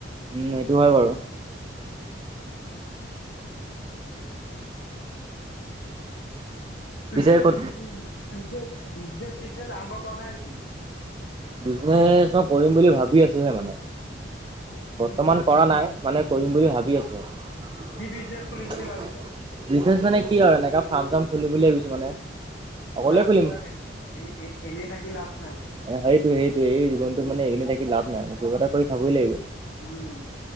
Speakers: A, on the right (about 25°); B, on the left (about 70°).
A: উম, এইটো হয় বাৰু।
B: উম। তাৰপিছত
A: পিছে ক'ত
B: তুমি <unintelligible> বিজনেচ-চিজনেছ আৰম্ভ কৰা নাই নেকি?
A: বিজনেচ মই কৰিম বুলি ভাবি আছোহে মানে।
B: অ' কি
A: বৰ্তমান
B: বিজনেচ খুলিম
A: কৰা নাই,
B: বুলি
A: মানে কৰিম বুলি ভাবি আছো আৰু।
B: কি বিজনেচ খুলিম বুলি ভাবিছা?
A: বিজনেছ মানে কি আৰু এনেকা ফাৰ্ম-চাৰ্ম খুলিম বুলি ভাবিছো মানে।
B: খোলা
A: অকলে
B: খোলা,
A: খুলিম।
B: <unintelligible> এনে এ এনেই থাকি লাভ নাই।
A: এ সেইটোৱে সেইটোৱে। এই জীৱনটোত মানে এনেই থাকি লাভ নাই। কিবা এটা
B: উম।
A: কৰি খাবই লাগিব।
B: উম।